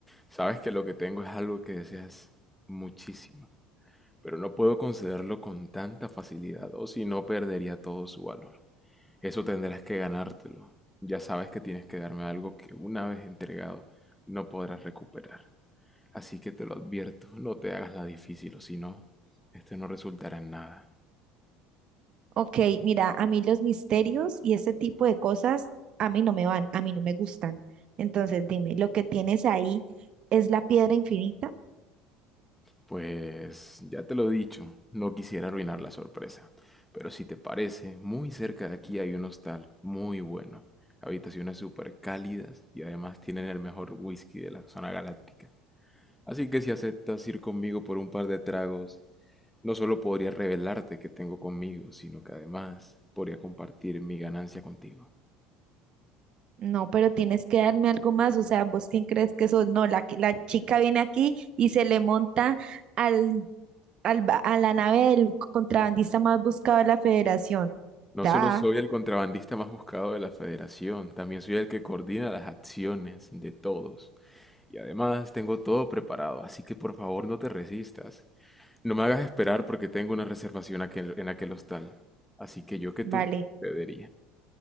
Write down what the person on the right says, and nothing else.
Ok, mira, a mí los misterios y ese tipo de cosas a mí no me van, a mí no me gustan. Entonces, dime, ¿lo que tienes ahí es la piedra infinita?
No, pero tienes que darme algo más. O sea, ¿vos quién crees que sos? No, la, que- la chica viene aquí y se le monta al, al, ba- a la nave del contrabandista más buscado de la federación.
Da,
vale.